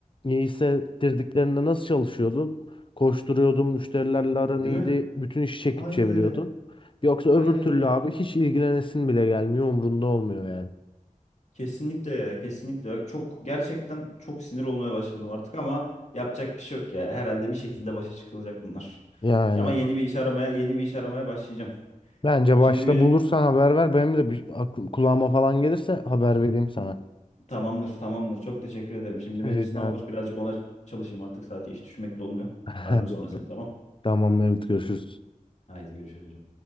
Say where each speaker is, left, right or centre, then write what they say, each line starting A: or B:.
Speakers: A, on the left; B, on the left.
A: iyi hissettirdiklerinde nasıl çalışıyordun? Koşturuyordun, müşterilerle aran
B: Değil
A: iyiydi,
B: mi?
A: bütün işi çekip
B: Aynen
A: çeviriyordun.
B: öyle.
A: Yoksa
B: Aynen
A: öbür türlü
B: öyle.
A: abi hiç ilgilenesin bile gelmiyor, umrunda olmuyor yani.
B: Kesinlikle ya kesinlikle. Bak çok gerçekten çok sinir olmaya başladım artık ama yapacak bir şey yok ya. Herhalde bir şekilde başa çıkılacak bunlar.
A: Yani
B: Ya Ama yeni bir iş aramaya yeni bir iş aramaya başlayacağım.
A: Bence başta
B: Şimdi benim
A: bulursan haber ver. Benim de bir aklım, kulağıma falan gelirse haber vereyim sana.
B: Tamamdır, tamamdır. Çok teşekkür ederim. Şimdi
A: Rica
B: benim sınav
A: ederim.
B: var. Birazcık ona çalışayım artık. Sadece iş düşmekle olmuyor.
A: <laughs>
B: Ararım sonra
A: Doğru.
B: seni, tamam?
A: Tamam evet görüşürüz.
B: Haydi görüşürüz hocam.